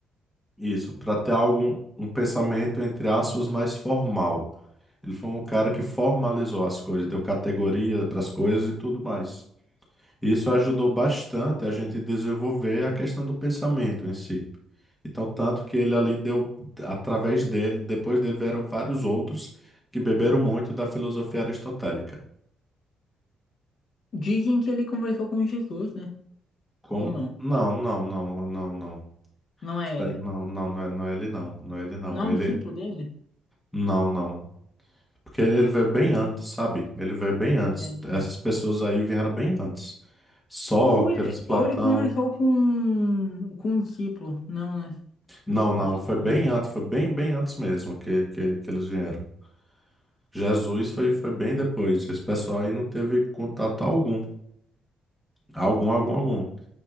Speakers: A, in the centre; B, on the left.
A: isso, para ter algum um pensamento entre aspas mais formal. Ele foi um cara que formalizou as coisas, deu categoria para as coisas e tudo mais. Isso ajudou bastante a gente desenvolver a questão do pensamento em si. Então, tanto que ele ali deu, através dele, depois dele vieram vários outros que beberam muito da filosofia aristotélica.
B: Dizem que ele conversou com Jesus, né?
A: Como?
B: Ou não?
A: Não, não, não, não, não.
B: Não é
A: Isso aí
B: ele.
A: Não, não, não é, não é ele não, não é ele não.
B: Não é
A: Ele,
B: um discípulo dele?
A: não, não. Porque ele, ele veio bem antes, sabe? Ele veio bem antes.
B: Gente,
A: Essas
B: né?
A: pessoas aí vieram bem antes. Sócrates,
B: Ou ele,
A: Platão.
B: ou ele conversou com, com um discípulo. Não, né?
A: Não,
B: Discípulo
A: não,
B: foi
A: foi
B: depois.
A: bem antes, foi bem, bem antes mesmo que, que, que eles vieram. Jesus foi, foi bem depois. Esse pessoal aí não teve contato algum. Algum, algum, algum.